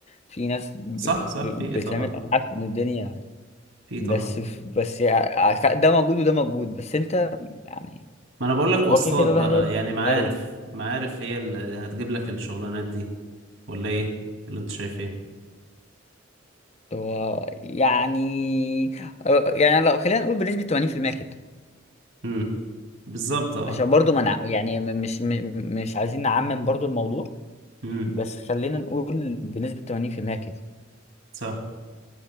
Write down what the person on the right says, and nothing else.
صح صح
في ايه
طبعا
في إيه
طبعا
ما انا بقول لك واسطات
بقى
يعني معارف
معارف هي اللي هتجيب لك الشغلانات دي ولا ايه ولا انت شايف ايه
امم بالظبط اه
امم
صح